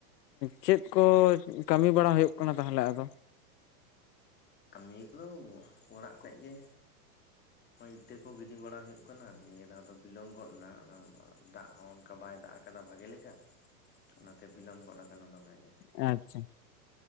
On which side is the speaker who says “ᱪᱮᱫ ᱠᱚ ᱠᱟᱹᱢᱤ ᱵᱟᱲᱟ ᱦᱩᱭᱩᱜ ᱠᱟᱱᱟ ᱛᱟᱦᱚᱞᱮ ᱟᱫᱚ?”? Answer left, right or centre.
Left